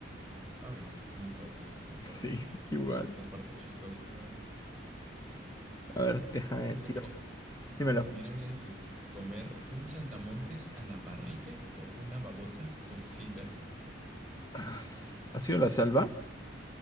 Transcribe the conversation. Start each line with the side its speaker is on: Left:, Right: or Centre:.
Centre: A veces, no todas, no todas
Left: Sí,
Centre: las conversaciones.
Left: <laughs> igual.
Centre: Las partes chistosas nada más.
Left: A ver, déjame,
Centre: Mira,
Left: tiro.
Centre: mira,
Left: Dímelo.
Centre: mira, mira este, este. ¿Comer un saltamontes a la parrilla o una babosa cocida?
Left: Ah, ¿Ha sido la salva?